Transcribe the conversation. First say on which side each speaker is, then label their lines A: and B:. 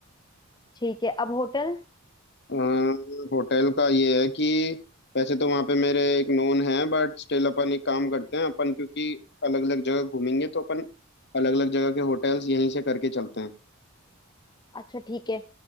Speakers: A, on the left; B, on the left.
A: ठीक है अब होटल
B: अम्म, होटल का ये है कि वैसे तो वहाँ पे मेरे एक नोन है बट स्टिल अपन एक काम करते हैं अपन क्योंकि अलग अलग जगह घूमेंगे तो अपन अलग अलग जगह के होटल्स यहीं से करके चलते हैं
A: अच्छा ठीक है